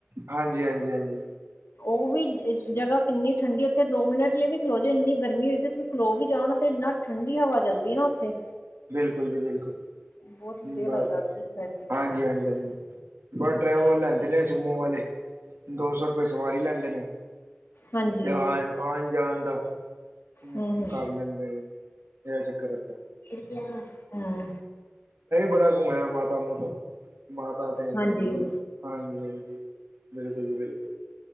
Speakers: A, on the right; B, on the left.
A: ਹਾਂਜੀ ਹਾਂਜੀ ਹਾਂਜੀ
B: ਉਹ ਵੀ ਜਗ੍ਹਾ ਕਿੰਨੀ ਠੰਢਡੀ ਉੱਥੇ ਦੋ ਮਿੰਟ ਲਈ ਵੀ ਖਲੋ ਜੇ ਇੰਨੀ ਗਰਮੀ ਹੋਈਗੀ ਉੱਥੇ ਖਲੋ ਵੀ ਜਾਓ ਤੇ ਇੰਨਾ ਠੰਢਡੀ ਹਵਾ ਚੱਲਦੀ ਨਾ ਉੱਥੇ
A: ਬਿਲਕੁਲ ਜੀ ਬਿਲਕੁਲ।
B: ਬਹੁਤ ਵਧੀਆ
A: ਬਸ
B: ਲੱਗਦਾ ਉੱਧਰਲੀ ਸਾਈਡ ਤੇ ਜਾ
A: ਹਾਂਜੀ
B: ਕੇ
A: ਹਾਂਜੀ ਹਾਂਜੀ ਬਸ ਟਰੈਵਲ ਲੈਂਦਾ। ਦੇ ਨੇ ਸੁਮੋ ਵਾਲੇ ਦੋ ਸੌ ਰੁਪਏ ਸਵਾਰੀ ਲੈਂਦੇ ਨੇ।
B: ਹਾਂਜੀ
A: ਤੇ ਆ ਆਉਣ ਜਾਣ ਦਾ ਉਹ
B: ਹੂੰ ਹੂੰ
A: ਕਰ ਲੈਂਦੇ ਨੇ ਇਹ ਚੱਕਰ ਹੈਗਾ।
B: ਹਾਂ
A: ਬੜਾ ਘੁੰਮਿਆ ਮਾਤਾ ਮੁਤਾ ਮਾਤਾ ਦੇ
B: ਹਾਂਜੀ
A: ਹਾਂਜੀ ਹਾਂਜੀ। ਬਿਲਕੁਲ ਜੀ ਬਿਲਕੁਲ।